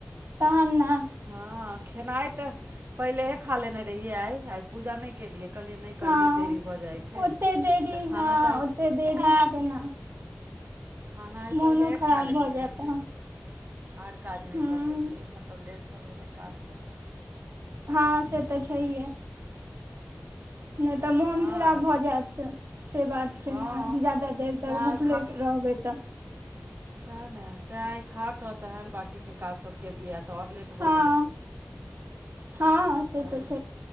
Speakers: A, on the right; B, on the right.
A: तहन ने
B: हँ खेनाइ तऽ पहिलेहे खा लेने रहियै आइ आइ पूजा नहि केलियै कहलियै नहि
A: हँ
B: करबै देरी भऽ जाइ छै
A: ओते देरी
B: तऽ खाना
A: हँ
B: तऽ आइ
A: ओते देरी से केना
B: खाना आइ
A: मोनो
B: पहिलेहे
A: खराब
B: खा लेलियै
A: भऽ जायत
B: लेकिन
A: तहन
B: आर काज नहि
A: हूँ
B: कऽ पेलियै मतलब लेटसँ भेलै काजसभ
A: हँ से तऽ छैेहे नहि तऽ मोन
B: हँ
A: खराब भऽ जायत से बात छै
B: हँ
A: ने ज्यादा देर तक
B: तऽ आइ
A: भुखले रहबै तऽ
B: सह ने तै खा कह ते हैन बाकी के काज सब केलियए तऽ आओर लेट
A: हँ
B: भऽ गेलै
A: हँ से
B: दुआरे
A: तऽ